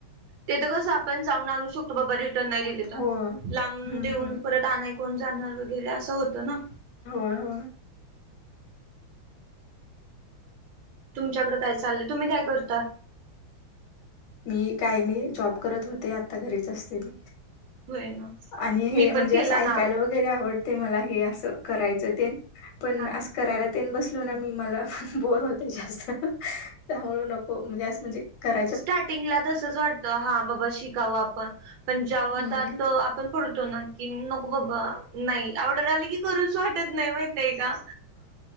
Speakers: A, on the right; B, on the left.
A: तेथ कस आपण जाऊन आणू शकतो बाबा र नाही दिले तर
B: हो हम्म
A: लांब देऊन
B: हम्म
A: परत आणाय कोण जाणार वगैरे असं होतं ना
B: हो ह
A: तुमच्याकडे काय चाललंय तुम्ही काय करता
B: मी काय नाही जॉब करत होते आता घरीच असतील
A: हो ना
B: आणि
A: मी
B: हे म्हणजे
A: पण केला
B: असं ऐकायला
A: ना
B: वगैरे आवडते मला हे असं करायचं ते पण
A: हा ना,
B: असं करायला बलो मी म बो होस्त नकोे म्हज
A: स्टार्टिंगला तसच वाटतं हा बाबा शिकावं आपण पण जेवत
B: हम्म
A: आपण पडतो ना की नको बाबा नाही आवर्डर आली की करूच वाटत नाही माहितय का